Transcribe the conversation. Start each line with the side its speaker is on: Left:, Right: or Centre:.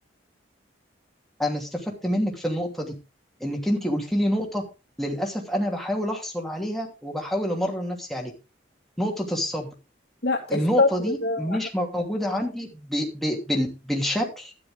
Centre: انا استفدت منك في النقطه دي انك انت قلت لي نقطه للاسف انا بحاول احصل عليها وبحاول امرن نفسي عليها نقطه الصبر
Left: لا الصبر
Centre: النقطه دي
Left: ده
Centre: مش موجوده عندي ب... ب... بال... بالشكل